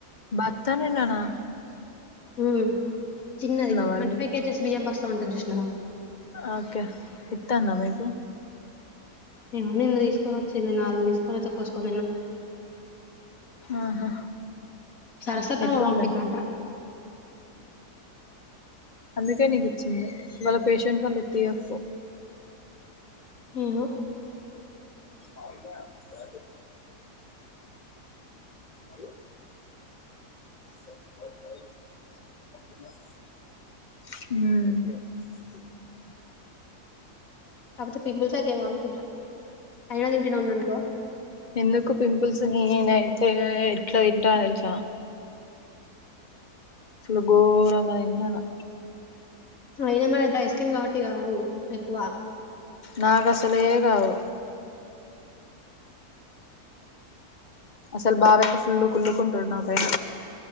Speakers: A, on the left; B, on the left.
A: బ త్తనిన్నానా
B: హ చిన్నది
A: మరి
B: ట్వంటీ
A: మీకు
B: ఫై కేజ్స్ బియ్యం బస్తా స్తా ఉంటుంది చూషినావా
A: ఓకే ఇత్తాంద మీకు
B: ఏమో నిన్న తీసుకొని వచ్చింది నాలుగు తీసుకొని వచ్చా కోసుకొని నిన్నాం
A: ఆహా
B: సరస్వతమ
A: ఎట్లున్నాయి
B: పంపిందంట
A: అందుకే నీకు ఇచ్చింది వాళ్ళ పేషెంట్ వాళ్ళు ఎత్తి ఒప్పో
B: ఏమో
A: పన్నా తయ హలో హ
B: కాకపోతే పింపుల్స్ అయితే ఏమ అనుకుంటాను అయినా తింటనే ఉన్నానుకో
A: ఎందుకు పింపుల్స్ ని నేనైతే ఎట్లా తింటా తెలుసా అసల్ గోరంగాదింటనా
B: అయినా మన డ ఐస్క్రీమ్ కాబట్టి కావు ఎక్కువ.
A: నాకు అసలే కావు అసలు బావక్క ఫుల్లు కుల్లుకుంటాడు నా పైన